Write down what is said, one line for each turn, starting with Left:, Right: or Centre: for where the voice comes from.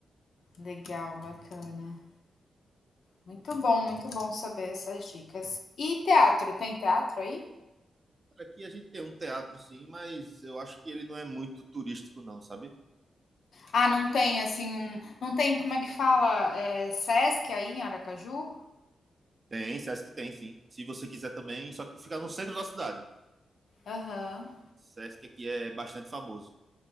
Left: Legal, bacana. Muito bom, muito bom saber essas dicas. E teatro, tem teatro aí?
Right: Aqui a gente tem um teatro, sim, mas eu acho que ele não é muito turístico, não, sabe?
Left: Ah, não tem assim um, não tem como é que fala, é, Sesc aí em Aracaju?
Right: Tem, acho que tem, sim. Se você quiser também, só que fica no centro da cidade.
Left: Aham.
Right: Sesc aqui é bastante famoso.